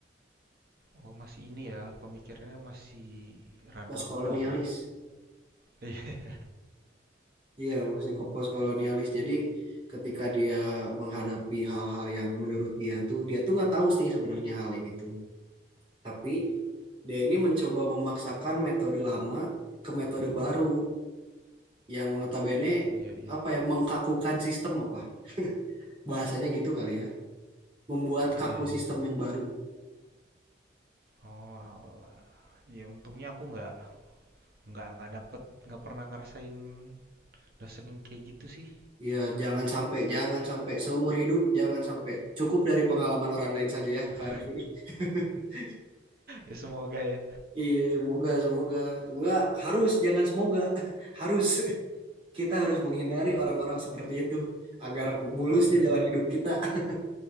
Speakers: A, on the right; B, on the right.
A: oh masih ini ya pemikirannya masih rada
B: postkolonialis.
A: kuno ya. Iya.
B: Iya, masih kok postkolonialis. Jadi ketika dia menghadapi hal-hal yang menurut dia tuh dia tuh nggak tahu sih sebenarnya hal ini tuh. Tapi dia ini mencoba memaksakan metode lama ke metode baru yang notabene
A: Iya iya
B: apa
A: iya.
B: ya mengkakukan sistem apa <laughs> bahasanya gitu kali ya, membuat
A: Iya
B: kaku
A: iya.
B: sistem yang baru.
A: Oh, alah. Ya untungnya aku nggak nggak nggak dapet nggak pernah ngerasain dosen yang kayak gitu sih.
B: Ya, jangan sampai, jangan sampai seumur hidup, jangan sampai cukup dari pengalaman orang lain saja ya,
A: <laughs>
B: Kak Arfi. <laughs>
A: Ya semoga ya.
B: Iya, semoga, semoga. Enggak, harus, jangan semoga. <laughs> Harus. Kita harus menghindari orang-orang seperti itu agar mulusnya
A: Eh,
B: jalan hidup kita. <laughs>